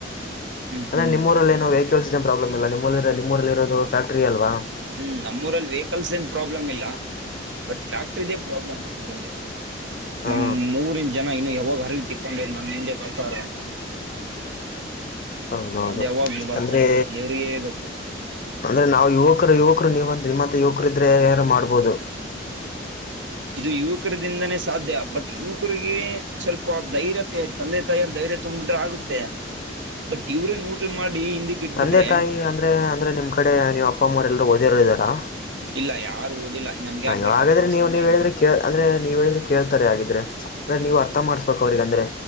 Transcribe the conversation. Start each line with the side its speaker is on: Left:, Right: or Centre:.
Right: ಹ್ಮ್
Left: ಅಂದೇ
Right: ಹ್ಮ್
Left: ನಿಮ್ಮೂಊರಲ್ಲಿ ಏನು ವೆಹಿಕಲ್ಸ್ ಏನ್ ಪ್ರಾಬ್ಲಮ್ ಇಲ್ಲ ನಿಮ್ಮಲ್ಲಿ ಇರ ನಿಮ್ಮೂರಲ್ಲಿರೋದು ಫ್ಯಾಕ್ಟರಿ ಅಲ್ವಾ.
Right: ಹ್ಮ್ ನಮ್ಮೂರಲ್ಲಿ ವೆಹಿಕಲ್ಸ್ ಏನ್ ಪ್ರಾಬ್ಲಮ್ ಇಲ್ಲ ಬಟ್ ಫ್ಯಾಕ್ಟ್ರಿದೆ ಪ್ರಾಬ್ಲಮ್ ನಮ್ಮೂರಲ್ಲಿ.
Left: ಹಾ
Right: ನಮ್ ಮೂರಿನ್ ಜನ ಇನ್ನು ಯಾವಾಗ ಹರಿಗೆ ತಿಕ್ಕೊಂಡಿರು ನಮ್ ಹಿಂದೆ ಬರ್ತಾರೊ.
Left: ಹೌದೌದು
Right: ಅದ್ ಯಾವಾಗ ಬರ್ತಾರೋ
Left: ಅಂದ್ರೆ
Right: ಗೊತ್ತ ದೇವ್ರಿಗೆ ಗೊತ್ತು
Left: ಅಂದ್ರೆ ನಾವು ಯುವಕರು ಯುವಕರು ನೀವಂತ ನಿಮ್ಮಂತ ಯುವಕರ ಇದ್ರೆ ಏನೋ ಮಾಡ್ಬೋದು.
Right: ಇದು ಯುವಕರ ದಿಂದಾನೇ ಸಾಧ್ಯ ಬಟ್ ಯುವಕರಿಗೆ ಸ್ವಲ್ಪ ಧೈರ್ಯ ತೋರ್ ತಂದೆ ತಾಯಾರ ಧೈರ್ಯ ತೊಂಬ್ಬಿಟ್ರೆ ಆಗುತ್ತೆ ಬಟ್ ಇವ್ರೇ ನೂಟ್ಲ್ ಮಾಡಿ ಹಿಂದಿಕ್ ಇಟ್ಬಿಟ್ರೆ.
Left: ತಂದೆ ತಾಯಿ ಅಂದ್ರೆ ಅಂದ್ರೆ ನಿಮ್ ಕಡೆ ನೀವು ಅಪ್ಪ ಅಮ್ಮರೆಲ್ಲರು ಓದಿರೊರ್ ಇದಾರಾ.
Right: ಇಲ್ಲ ಯಾರು ಓದಿಲ್ಲ ನಮ್ಗೆ ಯಾಕ್
Left: ಅಯ್ಯ
Right: ಬೇಕಪ್ಪಾ
Left: ಹಾಗಾದ್ರೆ ನೀವು
Right: ಸುಮ್ನೆ
Left: ನೀವ್
Right: ಇದ್ಬಿಡ್
Left: ಹೇಳಿದ್ರೆ ಕೆ ಅಂದ್ರೆ ನೀವ್ ಹೇಳಿದ್ರೆ ಕೇಳ್ತಾರೆ ಹಾಗಿದ್ರೆ. ಅಂದ್ರೆ ನೀವು ಅರ್ಥ ಮಾಡ್ಬೇಕು ಅವ್ರಗ ಅಂದ್ರೆ.